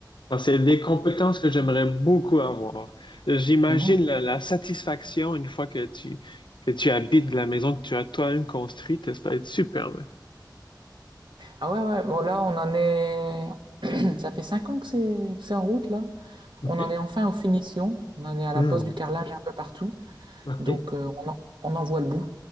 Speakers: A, on the left (about 80°); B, on the right (about 80°).
A: Ah, c'est des compétences que j'aimerais beaucoup avoir. J'imagine
B: Mhm.
A: la, la satisfaction une fois que tu, que tu habites la maison que tu as toi-même construite. Ça va être superbe.
B: Ah ouais, ouais, bon là on en est... <clears throat> Ça fait cinq ans que c'est que c'est en route là.
A: OK.
B: On en est enfin aux finitions, on en est à la
A: Hmm.
B: pose du carrelage un peu partout,
A: OK.
B: donc euh, on en, on en voit le bout.